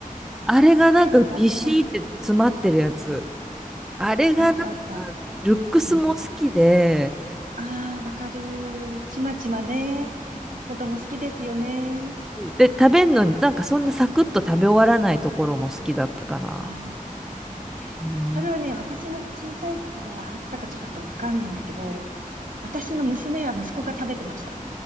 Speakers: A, in the centre; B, on the right.
A: あれがなんかビシーって詰まってるやつ。
B: はいはいはい。うん。
A: あれがなんか、
B: あったあった。
A: ルックスも好きで、
B: うん。ああ、わかる。ちまちまね。子供好きですよね。
A: で、食べんのになんかそんなサクッと食べ終わらないところも好きだったかな。
B: ああ、確かに。
A: うん
B: それはね、私の小さい頃はあったかちょっとわかんないんだけど、私の娘や息子が食べてました。